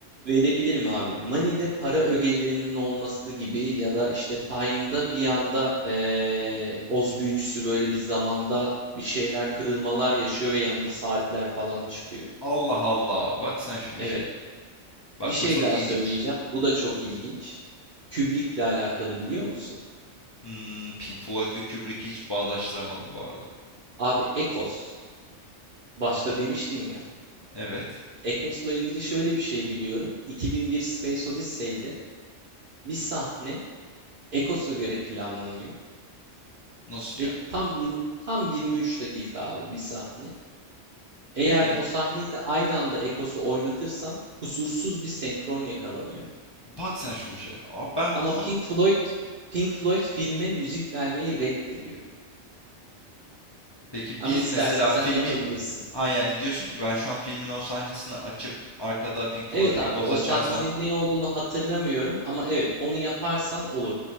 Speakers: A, on the right; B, on the left.
A: Verebilirim abi. Money'de para ögelerinin olması gibi ya da işte Time'da bir anda eee Oz büyücüsü böyle bir zamanda bir şeyler kırılmalar yaşıyor ve yanda saatler falan çıkıyor.
B: Allah Allah bak sen şu işe.
A: Evet.
B: Bak
A: Bir şey
B: bu çok
A: daha
B: ilginç.
A: söyleyeceğim. Bu da çok ilginç. Kubrick'le alakalı biliyor musun?
B: Hmm, Pink Floyd ve Kubrick'i hiç bağdaştıramadım bu arada.
A: Abi Ekos. Başta demiştin ya.
B: Evet.
A: Ekos'la ilgili şöyle bir şey biliyorum. 2001 Space Odyssey'de bir sahne Ekos'a göre planlanıyor.
B: Nasıl
A: Ve
B: yani?
A: tam 20, tam 23 dakika abi bir sahne. Eğer
B: E
A: o sahneyle aynı anda Ekos'u oynatırsan kusursuz bir senkron yakalanıyor.
B: bak sen şu işe. Aa, ben
A: Ama
B: bunu
A: Pink Floyd Pink Floyd filme müzik vermeyi reddediyor.
B: peki
A: Ama
B: biz
A: istersen
B: mesela
A: sen
B: filmin
A: yapabilirsin.
B: ha yani diyorsun ki ben şu an filmin o sahnesini açıp arkada Pink Floyd
A: Evet
B: Echoes
A: abi o
B: açarsam
A: sahnenin ne olduğunu hatırlamıyorum ama evet onu yaparsan olur.